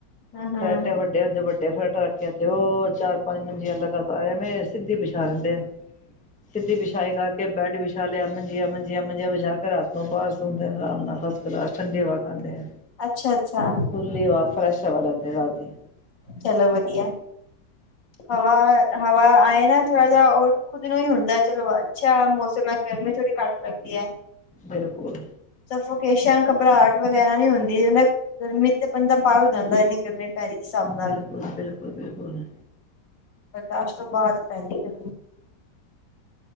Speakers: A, on the left; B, in the centre.
A: ਹਮ ਹਮ
B: ਫਰਾਟੇ ਵੱਡੇ। ਵਡੇ ਹੁੰਦੇ ਵੱਡੇ ਫਰੈਟ ਰੱਖਿਆ ਤੇ ਉਹ ਚਾਰ ਪੰਜ ਮੰਜੀਆਂ ਲਗਾਤਾਰ ਐਵੇਂ ਸਿੱਧੀਆਂ ਵਿਛਾ ਲੈਂਦੇ ਆ। ਸਿੱਧੀ ਵਿਛਾਈਗਾ ਬੈਡ ਵਿਛਾ ਲਿਆ ਮੰਜੀਆਂ ਮੰਜੀਆਂ ਮੰਜੀਆਂ ਵਿਛਾ ਕੇ ਰਾਤ ਨੂੰ ਬਾਹਰ ਸੌਂਦੇ ਨੇ ਆਰਾਮ ਨਾਲ ਹਾਂ। ਬਾਹਰ ਠੰਡੀ ਹਵਾ ਖਾਂਦੇ ਆ।
A: ਅੱਛਾ ਅੱਛਾ
B: ਖੁੱਲੀ ਹਵਾ ਫਰੈਸ਼ ਹਵਾ ਲੈਂਦੇ ਰਾਤ ਦੀ।
A: ਚਲੋ ਵਧੀਆ, ਹਵਾ ਹਵਾ ਆਏ ਨਾ ਥੋੜਾ। ਉਹ ਖੁਦ ਨੂੰ ਹੀ ਹੁੰਦਾ ਚਲੋ ਅੱਛਾ ਮੌਸਮ ਹੈ। ਗਰਮੀ ਥੋੜੀ ਘੱਟ ਲੱਗਦੀ ਹੈ।
B: ਬਿਲਕੁਲ
A: ਸਫੋਕੇਸਨ ਘਬਰਾਹਟ ਵਗੈਰਾ ਨੀ ਹੁੰਦੀ, ਉਹ ਗਰਮੀ ਤੇ ਬੰਦਾ ਪਾਗਲ ਹੋ ਜਾਂਦਾ, ਇਨੀ ਗਰਮੀ ਪੈ ਰਹੀ ਹਿਸਾਬ ਨਾਲ
B: ਬਿਲਕੁਲ, ਬਿਲਕੁਲ, ਬਿਲਕੁਲ,
A: ਬਰਦਾਸ਼ਤ ਬਾਅਦ ਪੈਲੀ ਗ